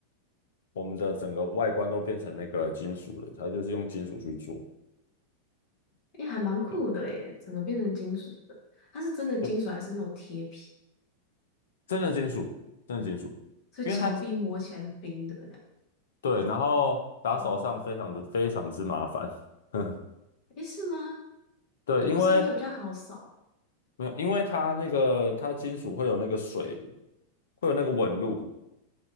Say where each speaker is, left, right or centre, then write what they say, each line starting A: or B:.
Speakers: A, on the left; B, on the left.
A: 我们的整个外观都变成那个金属了，他就是用金属去做，
B: 诶，还蛮酷的耶，
A: 对，
B: 整个变成金属的。它是真的金属还是那种贴皮？
A: 就真的金属，真的金属，
B: 所以墙壁摸起来是冰的呀？
A: 因为它对，然后打扫上非常的非常之麻烦，
B: 哦
A: <laughs>
B: 诶，是吗？
A: 对，
B: 那不是应该比较好扫？
A: 因为没有，因为它那个它金属会有那个水，会有那个纹路，